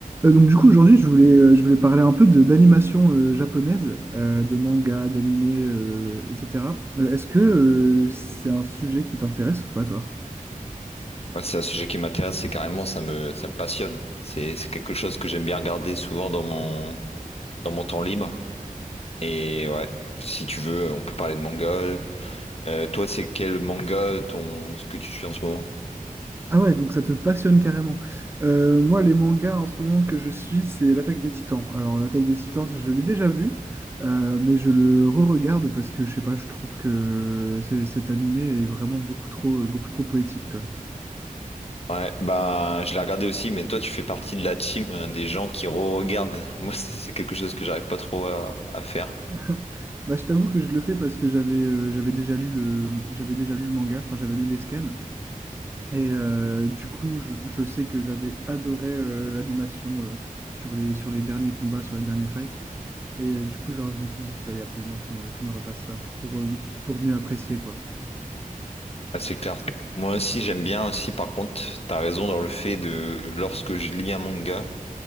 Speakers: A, on the right; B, on the left.
A: Euh, donc du coup aujourd'hui je voulais, euh, je voulais parler un peu de d'animation euh, japonaise, euh, de manga, d'animé, euh, etc. Euh, est-ce que euh, c'est un sujet qui t'intéresse ou pas toi?
B: Ouais, c'est un sujet qui m'intéresse, c'est carrément, ça me, ça me passionne. C'est, c'est quelque chose que j'aime bien regarder souvent dans mon, dans mon temps libre. Et ouais, si tu veux, on peut parler de manga. Euh, toi, c'est quel manga ton, ce que tu suis en ce moment?
A: Ah ouais, donc ça te passionne carrément. Euh, moi les mangas en ce moment que je suis c'est l'Attaque des Titans. Alors l'Attaque des Titans je l'ai déjà vu, euh, mais je le re-regarde parce que je sais pas, je trouve que euh, c'est- cet animé est vraiment beaucoup trop, beaucoup trop poétique quoi.
B: Ouais, bah, je l'ai regardé aussi, mais toi, tu fais partie de la team, euh, des gens qui re-regardent. <laughs> Moi, c'est quelque chose que j'arrive pas trop à, à faire.
A: <laughs> Bah, je t'avoue que je le fais parce que j'avais euh, j'avais déjà lu le j'avais déjà lu le manga, enfin j'avais lu les scans et euh, du coup je, je sais que j'avais adoré euh, l'animation euh, sur les sur les derniers combats, sur les derniers fights et euh, du coup genre je me suis dit qu'il fallait absolument que je me, que je me refasse ça pour euh, pour mieux apprécier quoi.
B: Ah, c'est clair. Moi aussi, j'aime bien aussi, par contre, t'as raison dans le fait de, lorsque je lis un manga,